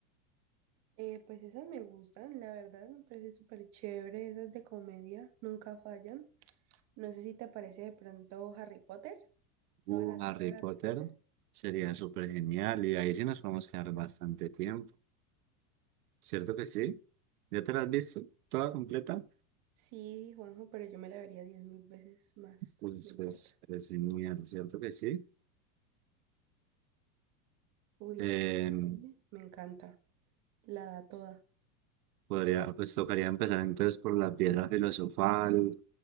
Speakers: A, on the right; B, on the right.
A: Eh, pues esas me gustan, la verdad, me parece súper chévere, esas de comedia, nunca fallan. No sé si te parece de pronto Harry Potter,
B: Uh,
A: toda la saga
B: Harry
A: de
B: Potter
A: Harry Potter.
B: sería súper genial y ahí sí nos podemos quedar bastante tiempo. ¿Cierto que sí? ¿Ya te la has visto toda completa?
A: Sí, Juanjo, pero yo me la vería diez mil veces más,
B: Pues
A: no importa.
B: es, es genial, ¿cierto que sí?
A: Uy,
B: Em,
A: sí, esa serie me encanta, la da toda.
B: Podría, pues tocaría empezar entonces por la piedra filosofal,